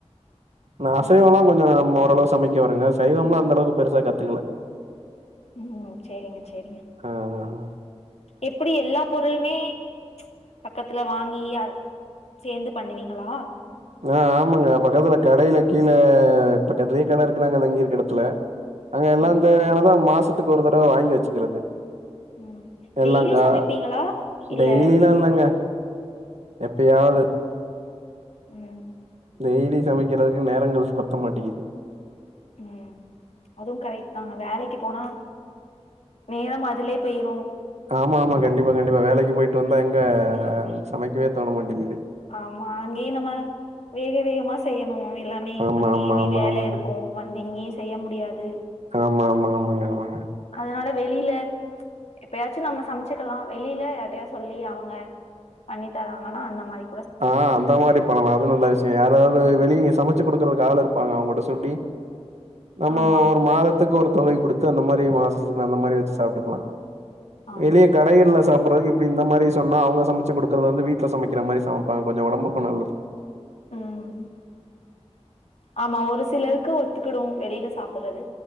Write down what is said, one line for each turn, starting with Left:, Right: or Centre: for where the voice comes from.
Right: நா
Left: ம்
Right: அசைவல்லா கொஞ்சம் நம்ம ஓரளவு சமைக்க வருங்க சைவம்லா அந்த அளவுக்கு பெருசா கத்துக்கல
Left: ம் சேரிங்க சேரிங்க
Right: அ அ அ
Left: எப்படி எல்லா பொருளுமே பக்கத்துல வாங்கி அ சேர்ந்து பண்ணுவீங்களா
Right: ஆ ஆமாங்க பக்கத்துல கடையில கீழ பக்கத்துலே கடை இருக்குனாங்க அ தங்கிருக்குற இடத்துல அங்க எல்லா
Left: ம்
Right: தேவையானத மாசத்துக்கு ஒரு தடவ வாங்கி வச்சுக்கிறது
Left: ம்
Right: எல்லா
Left: டெய்லி
Right: கா
Left: சமைப்பீங்களா இல்ல
Right: டெய்லில்லா இல்லங்க எப்பயாவது
Left: உம்
Right: டெய்லி சமைக்கிறதுக்கு நேரங்கள் பத்த மாட்டேக்குது
Left: உம் அதுவு கரெக்ட் தா வேலைக்கு போனா நேரம் அதுலே போயிரும்
Right: ஆமா ஆமா கண்டிப்பா கண்டிப்பா வேலைக்கு போயிட்டு வந்தா எங்க சமைக்கவே தோன மாட்டிங்குது
Left: ஆமா அங்கயு நம்ம வேக வேகமா செய்யணு எல்லாமே
Right: ஆமா
Left: அங்கேயுமே
Right: ஆமா ஆமா
Left: வேலை
Right: ஆமாங்க
Left: இருக்கும் வந்து இங்கேயு செய்ய முடியாது
Right: ஆமா ஆமா ஆமாங்க ஆமாங்க
Left: அதனால வெளியில எப்பயாச்சும் நம்ம சமைச்சுக்கலா வெளியில யார்ட்டையா சொல்லி அவுங்க பண்ணி தராங்கன்னா அந்த மாரி
Right: ஆ அந்த மாரி பண்ணலா அது நல்ல விஷயம் யாராவது வெளிய இங்க சமச்சு குடுக்குறதுக்கு ஆள் இருப்பாங்க அவுங்கட்ட சொல்லி நம்ம
Left: ஆமா
Right: ஒரு மாதத்துக்கு ஒரு தொகை குடுத்து அந்த மாரி மாசத்துக்கு அந்த மாரி வச்சு சாப்ட்டுக்கலா
Left: ஆமா
Right: வெளிய கடைகள்ல சாப்புறதுக்கு இப்டி இந்த மாரி சொன்னா அவங்க சமைச்சு குடுக்குறது வந்து வீட்ல சமைக்கிற மாரி சமைப்பாங் கொஞ்சோ ஒடம்புக்கு நல்லது
Left: ம் ஆமா ஒரு சிலருக்கு ஒத்துக்குடு வெளில சாப்புறது